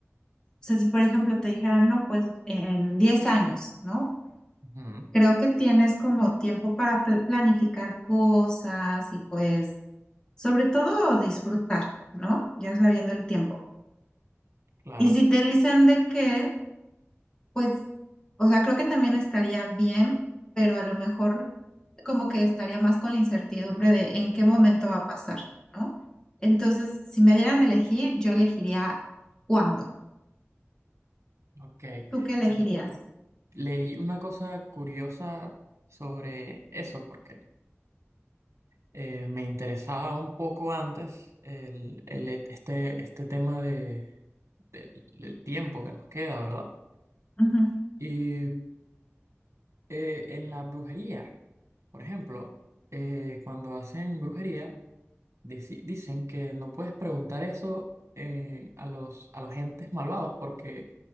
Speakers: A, on the left; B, on the right.
A: sea, si por ejemplo te dijeran, no, pues en 10 años, ¿no?
B: Ujú,
A: Creo que tienes como tiempo para pl- planificar cosas y pues sobre todo disfrutar, ¿no? Ya sabiendo el tiempo.
B: claro,
A: Y si te dicen de qué, pues, o sea, creo que también estaría bien, pero a lo mejor como que estaría más con la incertidumbre de en qué momento va a pasar, ¿no? Entonces, si me dieran a elegir, yo elegiría cuándo.
B: ok.
A: ¿Tú qué elegirías?
B: ¿Sabes? Leí una cosa curiosa sobre eso porque eh, me interesaba un poco antes el, el- e, este, este tema de, del, del tiempo que nos queda, ¿verdad?
A: Ujú.
B: Y eh, en la brujería, por ejemplo, eh, cuando hacen brujería, Dici- Dicen que no puedes preguntar eso eh, a los, a los entes malvados porque